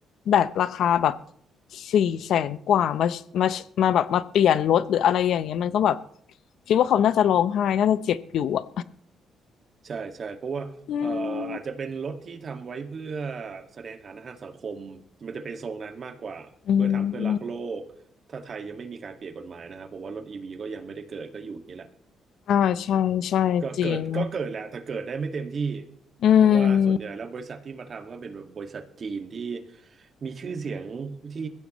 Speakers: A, on the left; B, on the right.
A: แบตราคาแบบสี่แสนกว่ามามามาแบบมาเปลี่ยนรถหรืออะไรอย่างเงี้ยมันก็แบบคิดว่าเขาน่าจะร้องไห้น่าจะเจ็บอยู่อะ
B: ใช่ใช่เพราะว่าเอ่ออาจจะเป็นรถที่ทำไว้เพื่อ
A: อืม
B: แสดงฐานะทางสังคมมันจะเป็นทรงนั้นมากกว่าเพื่อทำเพื่อรักโลกถ้าไทยยังไม่มีการเปลี่ยนกฎหมายนะครับผมว่ารถอีวีก็ยังไม่ได้เกิดก็อยู่อย่างนี้แหละ
A: อืม อ่า ใช่ ใช่จริง
B: ก็เกิดก็เกิดแหละแต่เกิดได้ไม่เต็มที่
A: อืม
B: เพราะว่าส่วนใหญ่แล้วบริษัทที่มาทำก็เป็นแบบบริษัทจีนที่มีชื่อเสียงที่